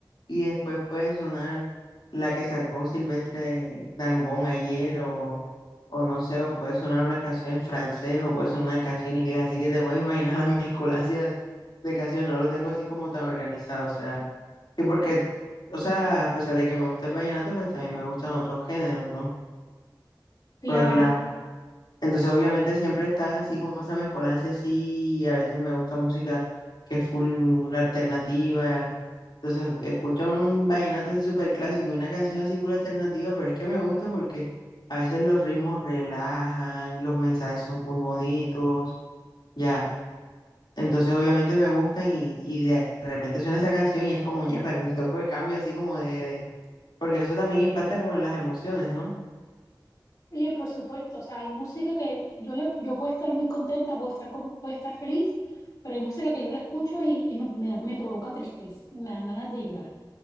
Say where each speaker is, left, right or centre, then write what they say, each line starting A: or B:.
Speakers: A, on the left (about 75°); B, on the left (about 50°).
A: y después puede sonar la que sacó Silvestre Dangond ayer o, o no sé, o puede sonar una canción en francés o puede sonar una canción en inglés, así que te puedes imaginar la <laughs> mezcolancia de, de canciones, no lo tengo así como tan organizado, o sea, y porque, o sea, a pesar de que me gusta el vallenato, pues también me gustan otros géneros, ¿no?
B: Claro.
A: Por las entonces, obviamente, siempre están así como esa mezcolancia así. y a veces me gusta música que es full alternativa. Entonces, escucho un vallenato así súper clásico y una canción así full alternativa, pero es que me gusta porque a veces los ritmos relajan, los mensajes son full bonitos, ya. Entonces, obviamente, me gustan y, y de repente suena esa canción y es como ñeta, un toque de cambio así como de, de. Porque eso también impacta como en las emociones, ¿no?
B: Oye, por supuesto, o sea, hay música que yo le, yo puedo estar muy contenta, puedo estar, con- puedo estar feliz, pero hay música que yo la escucho y, y me, me- me provoca tristeza y me dan ganas de llorar.